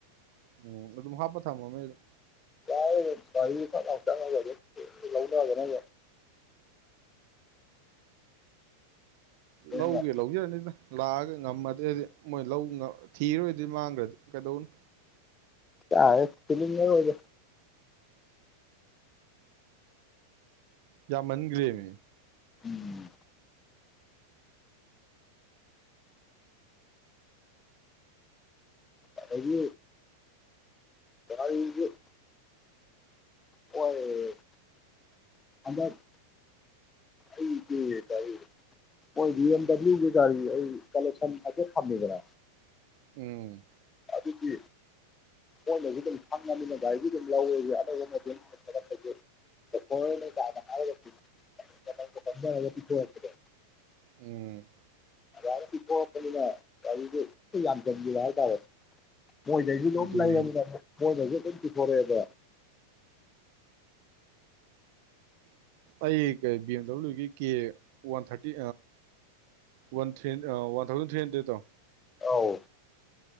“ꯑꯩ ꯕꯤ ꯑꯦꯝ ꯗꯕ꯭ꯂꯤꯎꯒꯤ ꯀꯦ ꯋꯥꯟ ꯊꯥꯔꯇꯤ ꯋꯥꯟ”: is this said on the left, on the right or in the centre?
Right